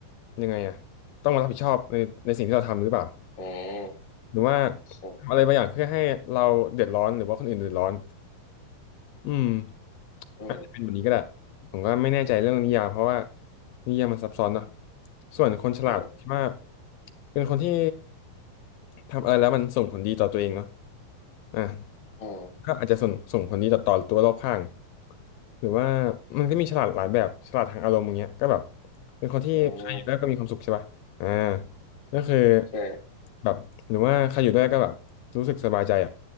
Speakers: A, on the left (about 80°); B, on the left (about 40°).
A: ยังไงอ่ะต้องมารับผิดชอบในในสิ่งที่เราทำหรือเปล่า
B: อืม
A: หรือว่า
B: ใช่
A: ทำอะไรบางอย่างเพื่อให้เราเดือดร้อนหรือว่าคนอื่นเดือดร้อน อืม
B: อืม
A: อาจจะเป็นแบบนี้ก็ได้ผมก็ไม่แน่ใจเรื่องนิยามเพราะว่านิยามมันซับซ้อนเนาะส่วนคนฉลาดผมคิดว่า
B: อืม
A: เป็นคนที่ทำอะไรแล้วมันส่งผลดีต่อตัวเองเนาะอ่ะ
B: อืม
A: ก็อาจจะส่งส่งผลดีต่อต่อตัวรอบข้างหรือว่ามันก็มีฉลาดหลายแบบฉลาดทางอารมณ์อย่างเงี้ยก็แบบเป็นคนที่ใครอยู่ด้วยก็มีความสุขใช่ป่ะอ่า
B: อืม
A: ก็คือ
B: ใช่
A: แบบหรือว่าใครอยู่ด้วยก็แบบรู้สึกสบายใจอ่ะ